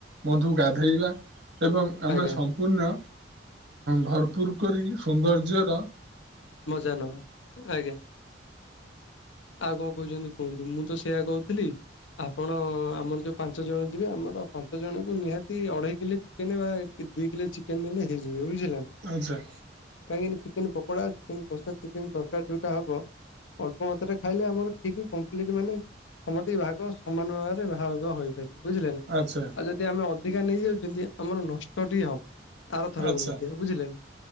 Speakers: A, on the right; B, on the left.
A: ବନ୍ଧୁକୁ ଗାଧେଇବା ଏବଂ ଆମେ
B: ଆଜ୍ଞା
A: ସମ୍ପୂର୍ଣ୍ଣ ଭରପୁର କରି ସୌନ୍ଦର୍ଯ୍ୟର
B: ମଜା ନବା ଆଜ୍ଞା। ଆଉ କଣ କହୁଛନ୍ତି କୁହନ୍ତୁ ମୁଁ ତ ସେଇୟଆ କହୁଥିଲି। ଆପଣ ଆମର ଯୋଉ ପାଞ୍ଚ ଜଣ ଯିବେ ଆମର ପାଞ୍ଚ ଜଣଙ୍କୁ ନିହାତି ଅଢ଼େଇ କିଲୋ ଚିକେନେ ବା ଦିଲେ ଚିକେନ ନେଲେ ହେଇଯିବେ ବୁଝିଲ ନା।
A: ଆଚ୍ଛା।
B: କାହିଁକିନା ଚିକେନ ପକୋଡା ଚିକେନ କଷା ଚିକେନ ତରକାରୀ ଯୋଉଟା ହବ ଅଳ୍ ମାତ୍ରାରୋ ଖାଇଲେ ଆମର ଠିକ୍ କମ୍ପ୍ଲିଟ ମାନେ ସମତି ବିଭାଗ ସମାନ ଭାବରେ ଭାଗ ହୋଇ ବୁଝିଲେ ନା ଆଉ
A: ଆଚ୍ଛା
B: ଯଦି ଆମେ ଅଧିକା ନେଇଯାଉଛନ୍ତି ଆମର ନଷ୍ଟଟି ହବ। ଆରଥର
A: ଆଚ୍ଛା
B: ଏମିତି ହବ ବୁଝିଲେନା।